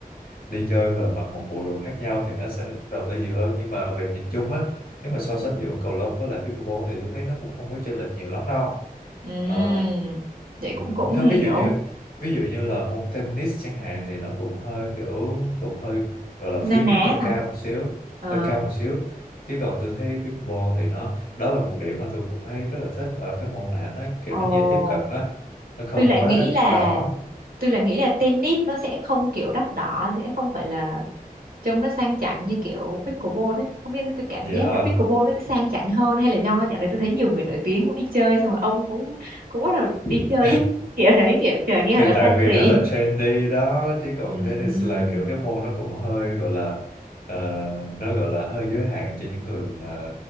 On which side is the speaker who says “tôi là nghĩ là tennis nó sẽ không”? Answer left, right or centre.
Right